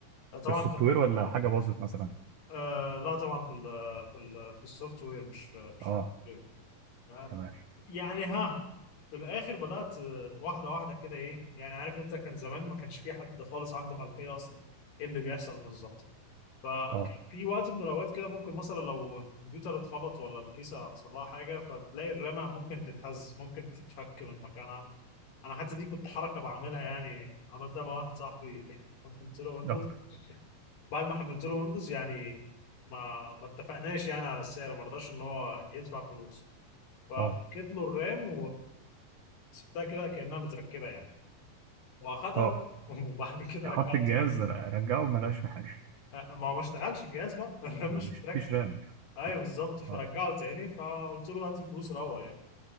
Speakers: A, on the left; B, on the right.
A: آه، طبعا
B: السوفت
A: كان
B: وير ولا حاجة باظت مثلا
A: آه لا طبعا في ال في ال في السوفت وير مش مش
B: أه
A: في ال آه،
B: تمام
A: يعني ها في الاخر بدات آه، واحده واحده كده ايه يعني عارف انت كان زمان ما كانش في حد خالص عنده خلفيه اصلا ايه اللي بيحصل بالظبط فكان
B: اه
A: في وقت من الاوقات كده ممكن مثلا لو الكمبيوتر اتخبط ولا الكيسه حصل لها حاجه فبتلاقي الرامه ممكن تتهز ممكن تتفك من مكانها انا حتى دي كنت حركه بعملها يعني عملتها مع واحد صاحبي <laughs> حملت له ويندوز
B: اه
A: بعد ما حملت له ويندوز يعني ما ما اتفقناش يعني على السعر ما رضاش ان هو يدفع فلوس ففكيت
B: اه
A: له الرام وسبتها كده كانها متركبه يعني واخدها
B: اه
A: <laughs> وبعد كده
B: حط
A: رجعت
B: الجهاز
A: تاني
B: رجعه ما لقاش في حاجه
A: ما هو ما اشتغلش الجهاز بقى <laughs> الرام
B: ما
A: مش
B: مش
A: متركب
B: مفيش رام
A: ايوه بالظبط فرجعه
B: اه
A: تاني فقلت له هات الفلوس الاول يعني